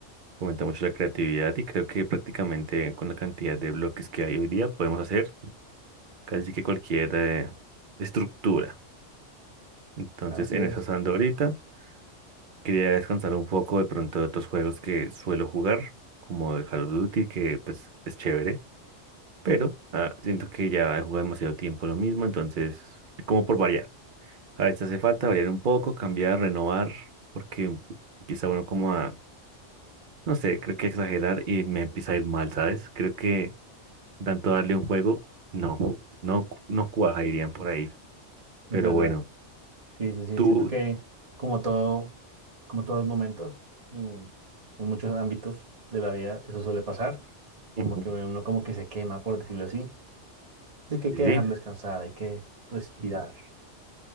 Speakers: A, on the right (about 50°); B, on the right (about 30°).
A: Aumenta mucho la creatividad y creo que prácticamente con la cantidad de bloques que hay hoy día podemos hacer casi que cualquier eh, estructura. Entonces,
B: Así
A: en
B: es,
A: eso ando ahorita. Quería descansar un poco de pronto de otros juegos que suelo jugar, como el Call of Duty, que pues es chévere, pero ah, siento que ya he jugado demasiado tiempo lo mismo, entonces, como por variar. A veces hace falta variar un poco, cambiar, renovar, porque empieza uno como a, no sé, creo que exagerar y me empieza a ir mal, ¿sabes? Creo que tanto darle un juego, no, no, cu- no cuaja, irían por ahí. Pero
B: es verdad.
A: bueno,
B: Sí, sí, sí.
A: tú,
B: Siento que como todo, como todos los momentos, mm, en muchos ámbitos de la vida, eso suele pasar.
A: Ujú.
B: Como que uno como que se quema, por decirlo así. Así que
A: sí,
B: hay que dejarlo descansar, hay que respirar.